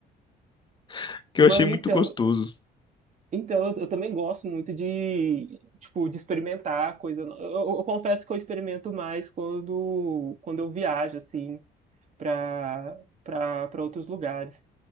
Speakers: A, on the left (about 25°); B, on the right (about 45°).
A: <laughs> que
B: Mano,
A: eu achei muito
B: então,
A: gostoso.
B: então eu, eu também gosto muito de, tipo, de experimentar coisa. no- Eu, eu- confesso que eu experimento mais quando, quando eu viajo, assim, pra, pra, pra outros lugares.